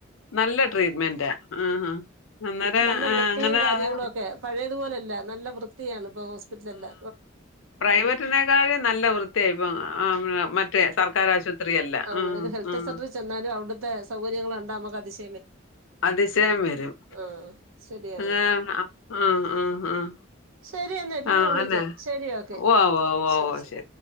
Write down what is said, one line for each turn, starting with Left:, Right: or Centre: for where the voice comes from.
Left: നല്ല ട്രീറ്റ്മെന്റാ. ആഹ് അന്നേരം
Right: നല്ല
Left: ആഹ്
Right: വൃത്തിയും
Left: അങ്ങനെ
Right: കാര്യങ്ങളും
Left: അത്
Right: ഒക്കെ പഴയ തുപോലെയല്ല നല്ല വൃത്തിയാണ് ഇപ്പോൾ ഹോസ്പിറ്റലില്
Left: പ്രൈവറ്റിനേക്കാളും നല്ല വൃത്തിയായി ഇപ്പ മറ്റേ സർക്കർ ആശുപത്രിയല്ല
Right: ആ
Left: ഉം
Right: ഒരു ഹെൽത്ത്
Left: ഉം
Right: സെന്റർ ചെന്നാലും അവിടുത്തെ സൗകര്യ ങ്ങൾ കണ്ടാ നമക്ക് അതിശയം
Left: അതിശയം വരും.
Right: ആഹ് ശരിയാണത്
Left: ആഹ് ആഹ് ആഹ് ആഹ്
Right: ശരിയെന്നെ പിന്നെ
Left: ആഹ്
Right: വിളിക്ക
Left: അങ്ങനെ.
Right: ശരി ക്കെ
Left: ഉവ്വ് ഉവ്വ് ഉവ്വ്
Right: ശരി
Left: ഉവ്വ്
Right: ശരി